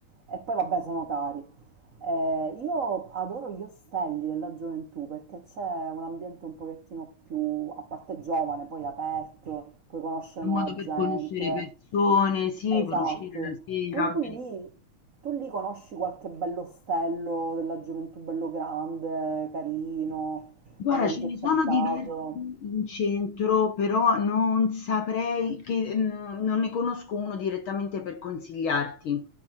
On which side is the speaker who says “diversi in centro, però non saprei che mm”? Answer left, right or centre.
Left